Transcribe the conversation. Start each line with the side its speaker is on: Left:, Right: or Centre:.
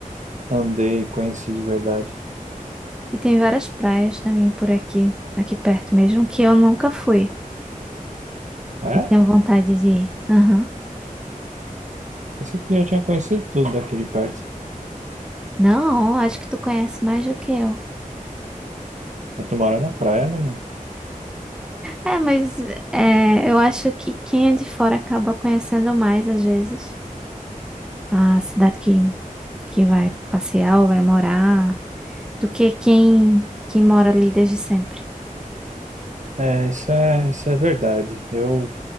Right: andei e conheci de verdade.
Centre: E tem várias praias também por aqui, aqui perto mesmo, que eu nunca fui.
Right: É?
Centre: E tenho vontade de ir. Aham.
Right: Pensei que você já tinha conhecido tudo daqui de perto.
Centre: Não, acho que tu conhece mais do que eu.
Right: Eu tô morando na praia, menino.
Centre: É, mas é, eu acho que quem é de fora acaba conhecendo mais às vezes. a cidade que, que vai passear ou vai morar, do que quem que mora ali desde sempre.
Right: É, isso é, isso é verdade. Eu